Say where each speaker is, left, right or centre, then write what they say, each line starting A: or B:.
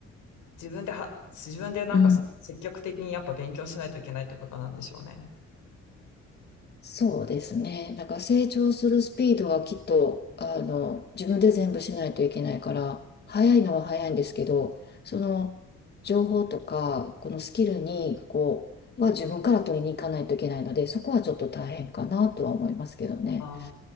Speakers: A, on the left; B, on the left.
A: 自分では、自分でなんかその積極的にやっぱ勉強しないといけないってことなんでしょうね。
B: うん。そうですね。だから成長するスピードはきっと、あの、自分で全部しないといけないから、早いのは早いんですけど、その情報とか、このスキルに、こう、は自分から取りに行かないといけないので、そこはちょっと大変かなとは思いますけどね。
A: あ